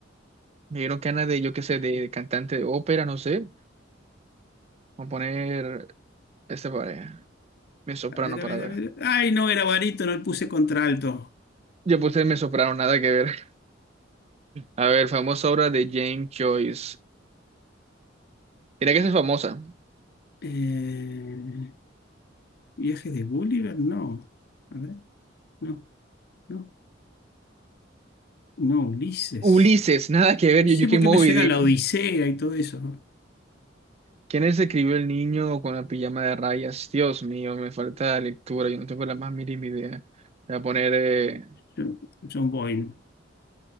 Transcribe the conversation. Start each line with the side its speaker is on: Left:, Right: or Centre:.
Right: Me dieron ganas de, yo qué sé, de cantante de ópera, no sé. Vamos a poner esta pareja, mi soprano
Left: A ver, a
Right: para
Left: ver,
Right: ver.
Left: a ver. Ay, no, era barítono, le puse contralto.
Right: Yo puse me sopraron, nada que ver. A ver, famosa obra de James Joyce. Mira que esa es famosa.
Left: Eh, viaje de Gulliver, no. A ver, no, no, no, Ulises.
Right: Ulises, nada que ver,
Left: No
Right: Yuyuki
Left: sé por
Right: Moby
Left: qué me suena
Right: Dick.
Left: la Odisea y todo eso.
Right: ¿Quién es escribió El niño con la pijama de rayas? Dios mío, me falta lectura, yo no tengo la más mínima idea. Voy a poner, eh,
Left: John, John Boyne.